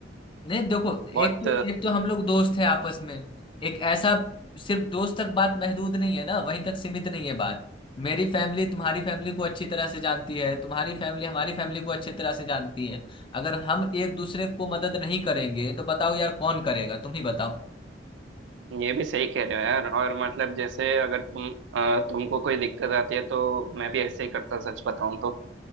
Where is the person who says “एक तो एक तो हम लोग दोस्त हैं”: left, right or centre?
Left